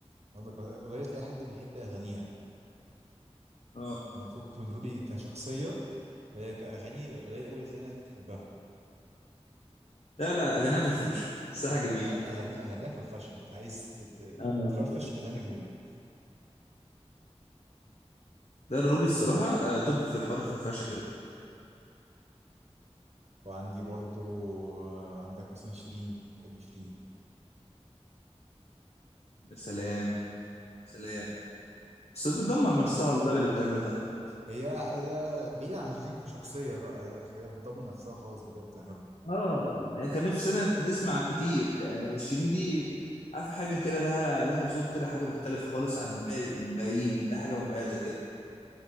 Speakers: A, on the right; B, on the left.
A: اقول لك قليل تلاقي حد بيحب اغانيها
B: اه
A: يعني فكك من روبي كشخصيه هي كاغاني قليل قوي تلاقي ناس بتحبها
B: لا لا اغانيها فرفوشه <laughs> الصراحه
A: بس أ- أ-
B: جميله
A: اغاني اغانيها فرفشه انت عايز ت- ت-
B: اه
A: تفرفش اغاني روبي
B: ده الروبي الصراحه آه توب في حوار الفرفشه ده
A: وعندي برضو آه، عندك مثلا شيرين بحب شيرين
B: يا سلام سلام بس بتدمر نفسها والله باللي بتعمله ده
A: هي هي بعيدة عن شيرين كشخصية بقى هي هي بتضمن نفسها خالص باللي هي بتعمله
B: اه يعني كان نفسنا نسمع كتير يعني شيرين دي عارف حاجه كده لها لها صوت كده حاجه مختلفه خالص عن الباقي الباقيين لها حاجه مميزه كده